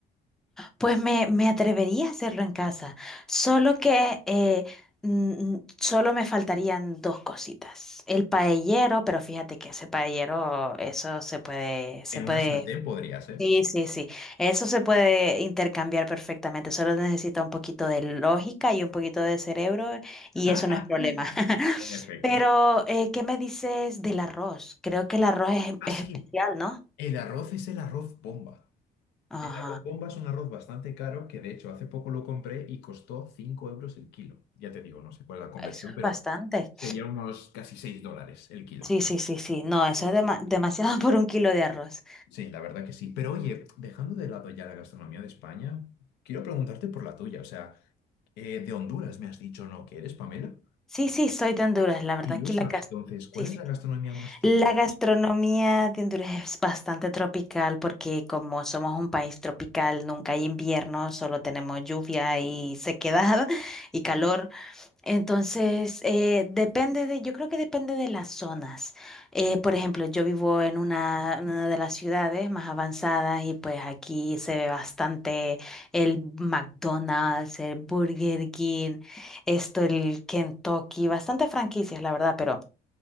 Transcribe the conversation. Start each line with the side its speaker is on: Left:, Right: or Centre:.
Centre: Pues me, me atrevería a hacerlo en casa, solo que eh, mm, solo me faltarían dos cositas. El paellero, pero fíjate que ese paellero, eso se puede, se
Left: En una
Centre: puede,
Left: sartén podría ser.
Centre: sí, sí, sí, eso se puede intercambiar perfectamente, solo necesita un poquito de lógica y un poquito de cerebro y
Left: <laughs>
Centre: eso no es problema. <laughs>
Left: En efecto.
Centre: Pero, eh, ¿qué me dices del arroz? Creo que el arroz es,
Left: Ah,
Centre: es
Left: sí.
Centre: especial, ¿no?
Left: El arroz es el arroz bomba.
Centre: Ajá,
Left: El arroz bomba es un arroz bastante caro que de hecho hace poco lo compré y costó 5 euros el kilo. Ya te digo, no sé cuál es la conversión,
Centre: eso es
Left: pero
Centre: bastante.
Left: sería unos casi 6 dólares el kilo.
Centre: Sí, sí, sí, sí. No, eso es dema- demasiado <laughs> por un kilo de arroz.
Left: Sí, la verdad que sí. Pero oye, dejando de lado ya la gastronomía de España, quiero preguntarte por la tuya. O sea, eh, de Honduras me has dicho, ¿no? ¿Que eres, Pamela?
Centre: Sí, sí, soy de Honduras. La verdad
Left: Ilústrame
Centre: que la gas-
Left: entonces, ¿cuál
Centre: sí, sí.
Left: es la gastronomía más típica
Centre: La
Left: de
Centre: gastronomía
Left: allí?
Centre: de Honduras es bastante tropical porque como somos un país tropical, nunca hay invierno, solo tenemos lluvia y sequedad <laughs> y calor. Entonces, eh, depende de, yo creo que depende de las zonas. Eh, por ejemplo, yo vivo en una, una de las ciudades más avanzadas y pues aquí se ve bastante el McDonald's, el Burger King, esto, el Kentucky, bastante franquicias, la verdad, pero...